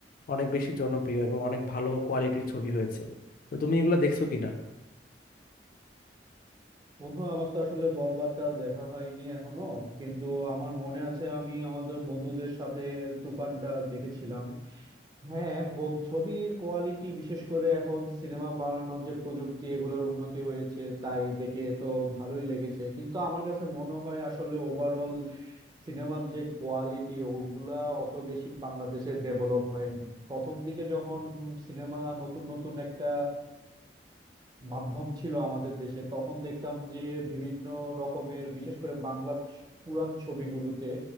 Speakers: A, on the left; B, on the right.
A: অনেক বেশি জনপ্রিয় এবং অনেক ভালো কোয়ালিটির ছবি হয়েছে তো তুমি এগুলো দেখছো কিনা
B: বন্ধু আমার তো আসলে বরবাদটা দেখা হয়নি এখনো কিন্তু আমার মনে আছে আমি আমাদের বন্ধুদের সাথে তুফানটা দেখেছিলাম হ্যাঁ ব- ছবির কোয়ালিটি বিশেষ করে এখন সিনেমা বানানোর যে প্রযুক্তি এগুলোর উন্নতি হয়েছে তাই দেখে তো ভালোই লেগেছে কিন্তু আমার কাছে মনে হয় আসলে ওভারঅল সিনেমার যে কোয়ালিটি ওগুলা অত বেশি বাংলাদেশে ডেভেলপ হয়নি প্রথম দিকে যখন সিনেমা নতুন নতুন একটা মাধ্যম ছিল আমাদের দেশে তখন দেখতাম যে বিভিন্ন রকমের বিশেষ করে বাংলা ছ- পুরাণ ছবিগুলোতে